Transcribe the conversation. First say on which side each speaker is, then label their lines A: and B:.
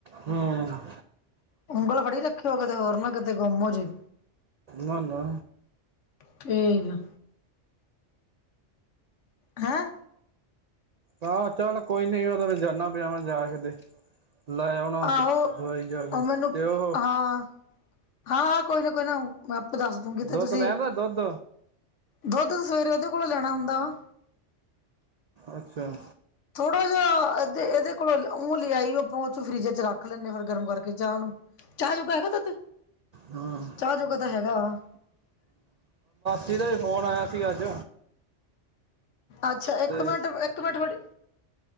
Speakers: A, on the right; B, on the left.
A: ਹੂੰ।
B: ਉਗਂਲ ਫੜੀ ਰੱਖਿਓ ਕਿਤੇ ਹੋਰ ਨਾ ਕਿਤੇ ਗੁੰਮ ਹੋਜੇ।
A: ਨਾ-ਨਾ
B: ਠੀਕ ਆ। ਹੈਂ।
A: ਆਹੋ, ਚੱਲ ਕੋਈ ਨੀ ਓ ਤੇ ਜਾਨਾ ਪਿਆ। ਮੈ ਜਾਕੇ ਤੇ ਲੈ ਆਉਨਾ ਉਦਰ
B: ਆਹੋ
A: ਦਵਾਈ ਜਾਕੇ
B: ਉਹ ਮੈਨੂੰ
A: ਤੇ ਉਹੋ
B: ਹਾਂ, ਹਾਂ, ਹਾਂ ਕੋਈ ਨਾ-ਕੋਈ ਨਾ ਮੈ ਆਪੇ ਦੱਸਦੂਗੀ ਤੇ
A: ਦੁੱਧ
B: ਤੁਸੀ
A: ਲੈ ਆਂਦਾ ਦੁੱਧ
B: ਦੁੱਧ ਸਵੇਰੇ ਉਹਦੇ ਕੋਲੋ ਲੈਣਾ ਹੁੰਦਾ ਵਾ।
A: ਅੱਛਾ।
B: ਥੋੜਾ ਜਿਹਾ ਇਹਦੇ ਇਹਦੇ ਕੋਲ ਉਹ ਦੁਧ ਲੇ ਆਈ। ਆਪਾਂ ਫਰਿਜ 'ਚ ਰੱਖ ਲੈਦੇ ਫਿਰ ਗਰਮ ਕਰਕੇ ਚਾਹ ਨੂੰ। ਚਾਹ ਜੋਗਾ ਹੈਗਾ ਦੁਧ
A: ਹਾਂ
B: ਚਾਹ ਜੋੋਗਾ ਤਾਂ ਹੈਗਾ ਵਾ।
A: ਕਿਦਾ ਫ਼ੋਨ ਆਇਆ ਸੀਗਾ ਅੱਜ।
B: ਅੱਛਾ ਇੱਕ
A: ਤੇ
B: ਮਿੰਟ। ਮੈਂਟ ਡੇ